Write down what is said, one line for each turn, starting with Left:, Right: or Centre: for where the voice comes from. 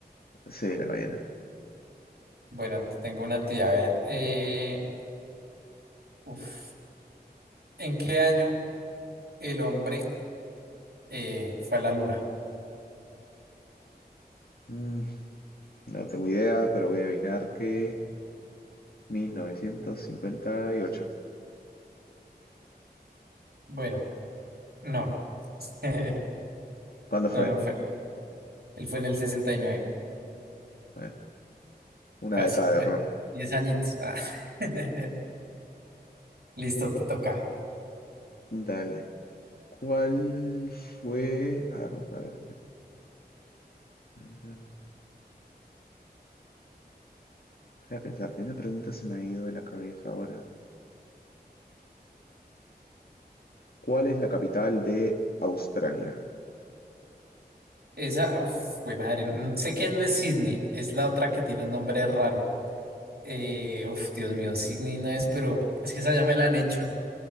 Left: Sí, la ballena.
Right: Bueno, tengo una tía. A ver, eh, uf, ¿en qué año el hombre eh, fue a la luna?
Left: Mm, no tengo idea, pero voy a adivinar que 1958.
Right: Bueno, no. <laughs>
Left: ¿Cuándo fue?
Right: No, no fue. Él fue en el 69
Left: Bueno, una
Right: casi.
Left: década
Right: Bueno,
Left: de error.
Right: 10 añitos. Ah. <laughs> Listo, te toca.
Left: Dale. ¿Cuál fue? A ver, vamos a ver. Deja de pensar, tenía una pregunta se me ha ido de la cabeza ahora. ¿Cuál es la capital de Australia?
Right: Esa, uf, fue madre. mm, Sé que no es Sydney, es la otra que tiene un nombre raro. Eh, uf, Dios mío, Sydney no es, pero es que esa ya me la han hecho